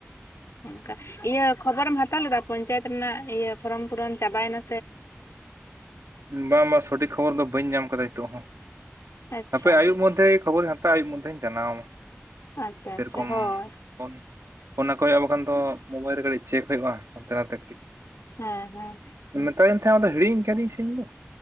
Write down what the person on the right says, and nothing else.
ᱵᱟᱝ ᱵᱟᱝ ᱥᱚᱴᱷᱤᱠ ᱠᱷᱚᱵᱚᱨ ᱫᱚ ᱵᱟᱹᱧ ᱧᱟᱢ ᱟᱠᱟᱫᱟ ᱱᱤᱛᱚᱜ ᱦᱚᱸ
ᱦᱟᱯᱮ ᱟᱹᱭᱩᱵ ᱢᱚᱫᱽᱫᱷᱮ ᱠᱷᱚᱵᱚᱨᱤᱧ ᱦᱟᱛᱟᱣᱟ ᱟᱹᱭᱩᱵ ᱢᱚᱫᱽᱫᱷᱮᱧ ᱡᱟᱱᱟᱣᱢᱟ
ᱥᱮᱨᱚᱠᱚᱢ
ᱯᱷᱳᱱ ᱯᱷᱳᱱ ᱟᱠᱚ ᱦᱩᱭᱩᱜᱼᱟ ᱵᱟᱠᱷᱟᱱ ᱫᱚ ᱢᱳᱵᱟᱭᱤᱞ ᱨᱮ ᱠᱟᱹᱴᱤᱡ ᱪᱮᱠ ᱦᱩᱭᱩᱜᱼᱟ ᱦᱟᱱᱛᱮ ᱱᱟᱛᱮ ᱠᱟᱹᱴᱤᱡ
ᱢᱮᱛᱟᱫᱤᱧ ᱛᱟᱦᱮᱢ ᱟᱫᱚ ᱦᱤᱲᱤᱧ ᱠᱤᱫᱤᱧ ᱥᱮ ᱤᱧ ᱫᱚ